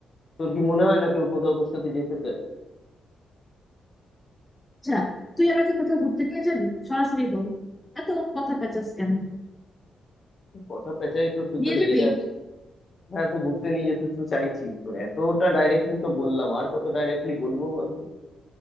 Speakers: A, on the left; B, on the left.
A: তোর কি মনে হয় না কেউ কোথাও তোর সাথে যেতে চায়
B: আচ্ছা তুই আমাকে কোথাও ঘুরতে নিয়ে যাবি সরাসরি বল এত কথা পেঁচাস কেন
A: তুই কথা পেঁচাই তো তুই
B: নিয়ে
A: তো রেগে
B: যাবি
A: যাস হ্যাঁ তো ঘুরতে নিয়ে যেতে তো চাইছি তো এতটা ডাইরেক্টলি তো বললাম আর কত ডাইরেক্টলি বলবো বলতে